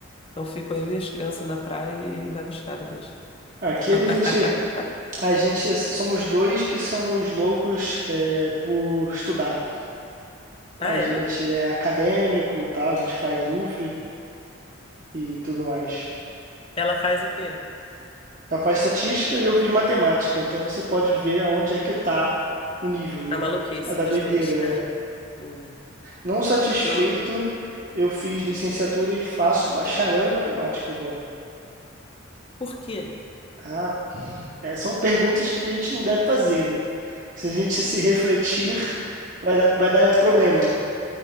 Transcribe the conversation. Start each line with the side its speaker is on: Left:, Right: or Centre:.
Left: Então fico eu e as crianças na praia e ele vai buscar depois.
Right: Aqui
Left: <laughs>
Right: a gente a gente somos 2 que somos loucos, eh, por estudar. A
Left: Ah, é?
Right: gente é acadêmico, tal, a gente faz UF e tudo mais.
Left: Ela faz o quê?
Right: Ela faz estatística e eu fiz matemática, então você pode ver aonde é que está o nível, né?
Left: A maluquice
Right: É da
Left: dos
Right: doideira.
Left: dois.
Right: é.
Left: É. Hum.
Right: Não satisfeito,
Left: Não.
Right: eu fiz licenciatura e faço bacharel em matemática agora.
Left: Por quê?
Right: Ah, é, são perguntas que a gente não deve fazer, né? Se a gente se refletir, vai dar, vai dar problema.